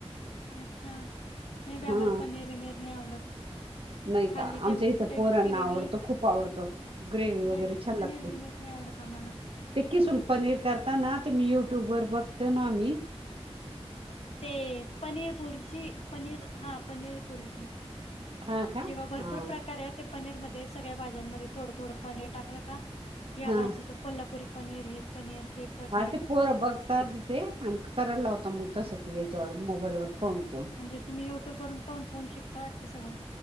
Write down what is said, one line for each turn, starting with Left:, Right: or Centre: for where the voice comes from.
Left: अच्छा नाही
Right: हा
Left: बाई आम्हाला पनीर बिनीर नाही आवडत.
Right: नाही
Left: खाल्ली
Right: का
Left: ते
Right: आमच्या
Left: एवढी
Right: इथं
Left: कुठे
Right: पोरांना
Left: ग्रेवी
Right: आवडतो खूप आवडतो ग्रेव्ही वगैरे
Left: नाही
Right: छान लागते
Left: पनीर बिनीर नाही आवडत. आम्हाला
Right: ते खिसून पनीर करताना ते मी युट्युब वर बघतो ना आम्ही.
Left: ते पनीर बुर्जी पनीर हा पनीर बुर्जी.
Right: हा का
Left: किंवा भरपूर
Right: हा
Left: प्रकारे असे ते पनीरमध्ये सगळ्या भाज्यांमध्ये थोडं थोडं पनीर टाकल का. ह्या
Right: हा
Left: भाजीचं कोल्हापुरी पनीर हे पनीर ते पनीर
Right: हा ते पोर बघतात ते आणि करायला लावत मग तस ते याच्यावर मोबाईल वर पाहुन पाहुन.
Left: म्हणजे तुम्ही यूट्यूबवरून पाहून पाहून शिकता वाटत सगळ.